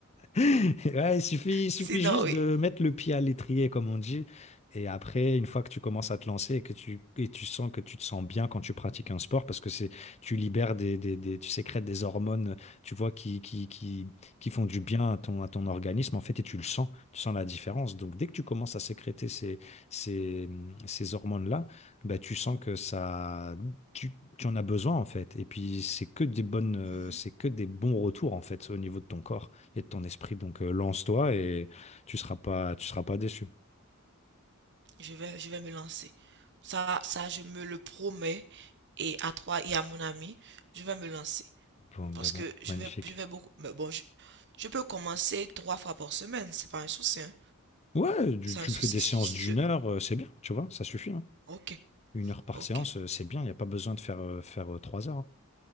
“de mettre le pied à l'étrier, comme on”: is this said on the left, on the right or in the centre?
Left